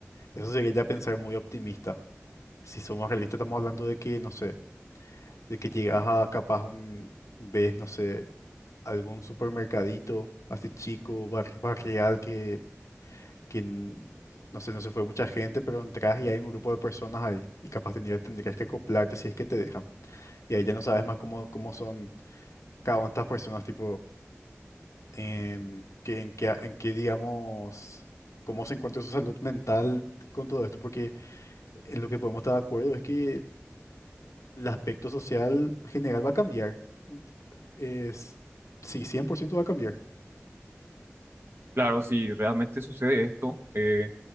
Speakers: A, on the left (about 85°); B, on the right (about 50°).
A: eso sería ya pensar muy optimista. Si somos realistas, estamos hablando de que, no sé, de que llegas a capaz un, ves, no sé, algún supermercadito así chico, bar- barrial que que n- no sé, no se fue mucha gente, pero entras y hay un grupo de personas ahí y capaz tendría- tendrías que acoplarte si es que te dejan. Y ahí ya no sabes más cómo, cómo son cada una de estas personas, tipo, en qué, en qué, en qué, digamos, cómo se encuentra su salud mental con todo esto, porque en lo que podemos estar de acuerdo es que el aspecto social general va a cambiar. Es, sí, 100% va a cambiar.
B: Claro, si realmente sucede esto, eh, es